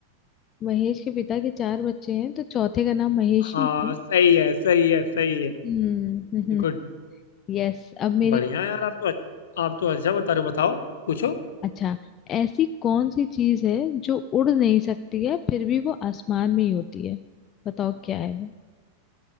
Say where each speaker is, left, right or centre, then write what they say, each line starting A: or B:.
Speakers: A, on the left (about 30°); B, on the left (about 60°).
A: महेश के पिता के चार बच्चे हैं तो चौथे का नाम महेश
B: हाँ
A: ही होगा ना
B: सही है सही है सही है
A: हम्म हम्म
B: गुड
A: यस अब मेरी
B: बढ़िया यार आप तो अच्छ- आप तो अच्छा बता रहे हो बताओ पूछो
A: अच्छा ऐसी कौन सी चीज है जो उड़ नहीं सकती है फिर भी वो आसमान में ही होती है बताओ क्या है वो